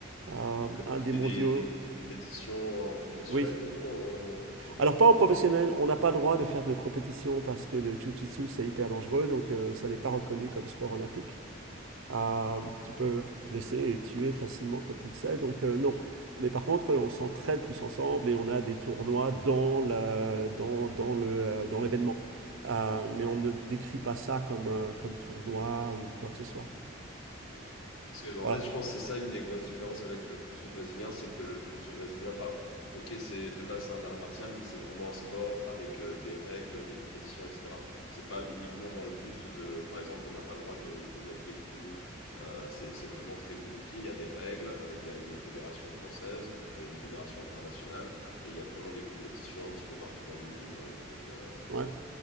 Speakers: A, on the right; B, on the left.
A: Euh,
B: Et t'as,
A: un
B: t'as
A: des
B: fait
A: mondiaux,
B: des, des, des compétitions en professionnel,
A: oui.
B: du coup, en, en jutsu?
A: Alors, pas en professionnel, on n'a pas le droit de faire de compétition parce que le jiu-jitsu, c'est hyper dangereux, donc euh, ça n'est pas reconnu comme sport olympique. Euh, tu peux blesser et tuer facilement, comme tu le sais, donc euh, non. Mais par contre, on s'entraide tous ensemble et on a des tournois dans la- dans, dans le, euh, dans l'événement. Euh, mais on ne décrit pas ça comme, euh, comme tournoi ou quoi que ce soit.
B: Parce que, en
A: Voilà.
B: fait, je pense que c'est ça une des grosses différences avec le jiu-jitsu brésilien, c'est que le jiu-jitsu brésilien, enfin, ok, c'est de base c'est un art martial, mais c'est vraiment un sport avec euh, des règles, des compétitions, etc. C'est pas uniquement dans le but de, par exemple, on n'a pas le droit de, de mettre des coups. Euh, c'est c'est vraiment très codifié. Il y a des règles, euh, il y a une fédération française, il y a une fédération internationale, et il y a vraiment des compétitions un petit peu partout dans le monde. euh, donc, euh,
A: Ouais,